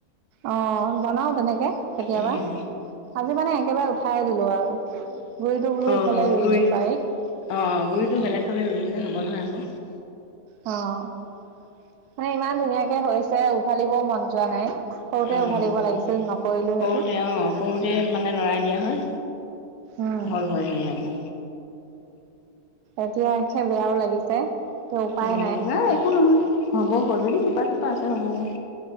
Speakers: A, on the right; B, on the left.
A: অ', বনাও তেনেকে। কেতিয়াবা
B: উম।
A: আজি মানে একেবাৰে উঠাই দিলো আৰু। গুৰিটো বোলো
B: অ'
A: সিফালে ৰুই
B: গুৰি
A: দিম বাৰীত।
B: অ' গুৰিটো বেলেগ ফালে ৰুই দিলে হ'ব নহয় আকৌ।
A: অ'। মানে ইমান ধুনীয়াকে হৈছে। উঘালিবও মন যোৱা নাই সৰুতে
B: অ'
A: উঘালিব লাগিছিল নকৰিলো
B: সৰুতে
A: সেইটো
B: অ' সৰুতে মানে লৰাই দিয়া হয়।
A: উম
B: হল হৈ নীয়াকে।
A: এতিয়া বেয়াও লাগিছে। ত উপায়
B: অ', নাই একো নহয় হ'ব গৈ যদি শিপা-চিপা আছে হ'ব গৈ